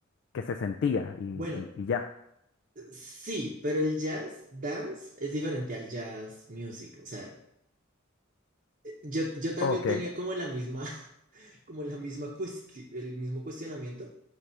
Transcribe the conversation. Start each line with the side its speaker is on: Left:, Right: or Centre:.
Left: que se sentía y,
Right: Bueno,
Left: y, y ya.
Right: sí, pero el jazz dance es diferente al jazz music. O sea, yo, yo también
Left: Ok,
Right: tenía como la misma, <laughs> como la misma cuestión, el mismo cuestionamiento,